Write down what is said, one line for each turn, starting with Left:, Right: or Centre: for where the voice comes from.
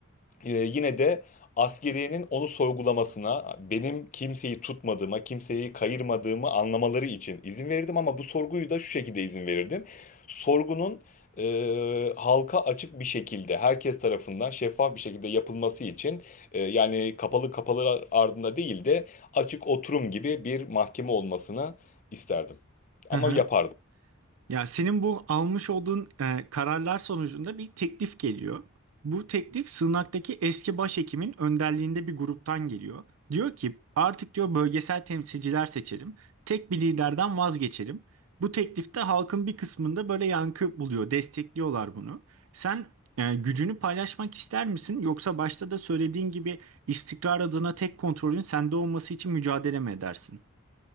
Left: e, yine de askeriyenin onu sorgulamasına benim kimseyi tutmadığıma kimseyi kayırmadığımı anlamaları için izin verirdim ama bu sorguyu da şu şekilde izin verirdim. Sorgunun e, halka açık bir şekilde herkes tarafından şeffaf bir şekilde yapılması için e, yani kapalı kapalı ardında değil de açık oturum gibi bir mahkeme olmasını isterdim. Ama
Right: <laughs>
Left: yapardım.
Right: Ya senin bu almış olduğun e, kararlar sonucunda bir teklif geliyor. Bu teklif Sığınak'taki eski başhekimin önderliğinde bir gruptan geliyor. Diyor ki artık diyor bölgesel temsilciler seçelim. Tek bir liderden vazgeçelim. Bu teklifte halkın bir kısmında böyle yankı buluyor. Destekliyorlar bunu. Sen e, gücünü paylaşmak ister misin? Yoksa başta da söylediğin gibi istikrar adına tek kontrolün sende olması için mücadele mi edersin?